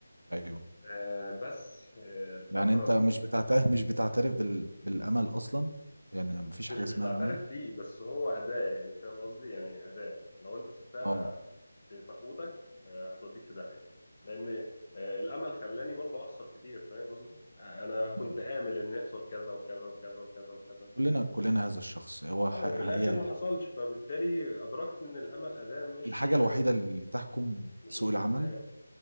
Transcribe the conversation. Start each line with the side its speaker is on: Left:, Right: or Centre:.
Right: ايوه
Left: آه، بس آه، الفتره
Right: يعني انت
Left: اللي-
Right: مش بتعترف <laughs> مش بتعترف بال... بالامل اصلا يعني مفيش
Left: مش
Right: حاجه
Left: مش
Right: اسمها
Left: بعترف
Right: امل
Left: فيه بس هو اداه يعني فاهم قصدي يعني اداه لو انت سبتها
Right: اه
Left: تقودك آه، هتوديك في داهيه لان آه، الامل خلاني برضه اخسر كتير فاهم قصدي انا كنت
Right: مم.
Left: امل ان يحصل كذا وكذا وكذا وكذا وكذا
Right: كلنا كلنا هذا الشخص هو ح...
Left: اه وفي
Right: هي
Left: الاخر
Right: الح...
Left: ما حصلش فبالتالي ادركت ان الامل اداه مش
Right: الحاجه الوحيده اللي تحكم
Left: مش
Right: سوق
Left: اسلوب
Right: العمل
Left: حياه